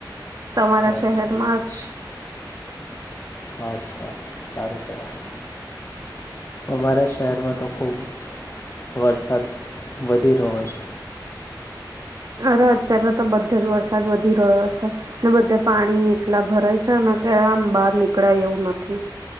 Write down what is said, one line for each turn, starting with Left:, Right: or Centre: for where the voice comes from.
Right: તમારા
Left: અચ્છા
Right: શહેરમાં જ.
Left: અચ્છા, સારું કહેવાય. અમારા શહેરમાં તો ખૂબ વરસાદ વધી રહ્યો છે.
Right: અરે, અત્યારે તો બધો જ વરસાદ વધી રહ્યો છે. ને બધે પાણી એટલા ભરાય છે ને કે આમ બહાર નીકળાય એવું નથી.